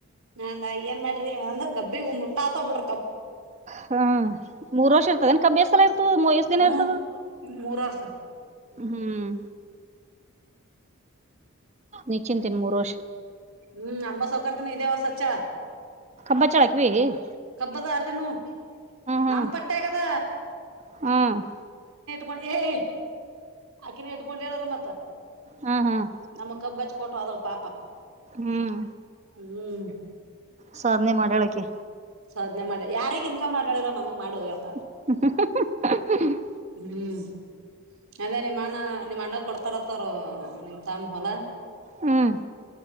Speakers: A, on the right; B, on the right.
A: ನಂಗ ಏನ್ ಮಾಡ ಅಂತ ಕಬ್ಬಿಗೆ ಮುಟ್ಟಾತ ಬಿಡ
B: ಹಾ ಮೂರ್ ವರ್ಷ ಇರ್ತದೆ ನನ್ ಕಬ್ಬ್ಯಾಸ ಎ ಮಯಷ್ಟ ದಿನತ
A: ಹ್ಮ್ ಮೂರ್ ವರ್ಷ
B: ಹ್ಮ್ ನಿಚಿಂತಿನ ಮೂರು ವೋಷ
A: ಹ್ಮ್ ಅಂಬ ಸೌಕರ್ತನ ಇದೇ ವರ್ಸ ಅಚ್ಚ
B: ಬ್ಬಾ ಚಳಕ್ಕೆ ವೇ ಹ
A: ಹಬ್ಬದ ಅಲ್ಲಿನುೂ
B: ಹ್ಮ್
A: ನಮ್ಮ ಪಟ್ಟೆಗದ
B: ಹ್ಮ್
A: ಕೊಂಡ ಏಯ ಆಕಿನ ಇಟ್ಕೊಂಡ್ ಹೇಳಲ್ಲ ಮತ್ತ
B: ಹ್ಮ್ ಹ್ಮ್
A: ನಮ್ಮ ಕಬ್ ಬ ಫೋಟೋ ಅದ ಪಾಪ
B: ಹ್ಮ್
A: ಹ್ಮ್
B: ಸಾಧನೆ ಮಾಡ್ಯಾಳಕ್ಕೆ
A: ಸಾಧನೆ ಮಾಡಿ ಯಾರಿಾರಗ್ ಇನ್ಕಮ್ ಮಾಡಳಲ್ಲ ನಮ್ ಮಾಡ ಹೋಗಪ್ಪಾ
B: <inaudible>
A: ಹ್ಮ್ ಅದೇ ನಿಮ್ಮ್ ಅಣ್ಣ ನಿಮ್ಮ ಅಣ್ಣ ಕೊಡ್ತಾರತ್ತವರು ನಿಮ್ ತಾಮ ಹೊಲ
B: ಹ್ಮ್